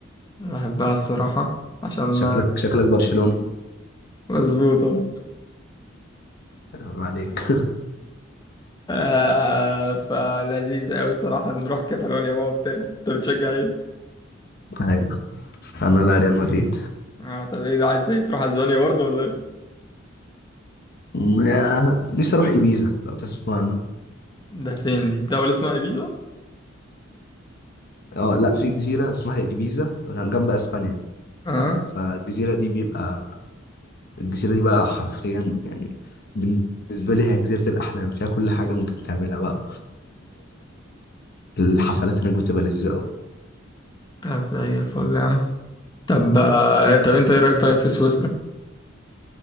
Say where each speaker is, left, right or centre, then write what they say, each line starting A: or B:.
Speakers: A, on the left; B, on the left.
A: بحبها الصراحة عشان
B: شكلك شكلك برشلوني
A: مظبوطة
B: عيب عليك
A: آه فلذيذ أوي الصراحة نروح كاتالونيا بقى وبتاع أنت بتشجع إيه؟
B: ايوه انا لا ريال مدريد
A: آه طب إيه ده عايز إيه تروح أسبانيا برضه ولا إيه؟
B: م- نفسي اروح ايبيزا لو تسمع عنها
A: ده فين دي؟ دولة اسمها إيبيزا؟
B: اه لا في جزيره اسمها ايبيزا جنب اسبانيا
A: اه
B: فالجزيره دي بيبقى الجزيره دي بقى حرفيا يعني بالنسبه لي هي جزيره الاحلام فيها كل حاجه ممكن تعملها بقى والحفلات هناك بتبقى لذيذه قوي
A: طب زي الفل يا عم طب آه طب أنت إيه رأيك طيب في سويسرا؟